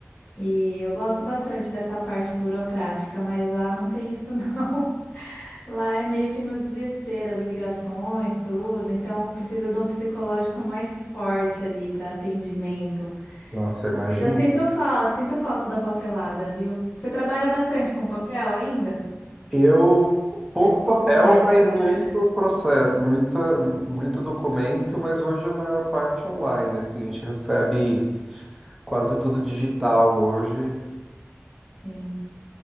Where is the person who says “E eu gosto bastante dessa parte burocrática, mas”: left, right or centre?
Left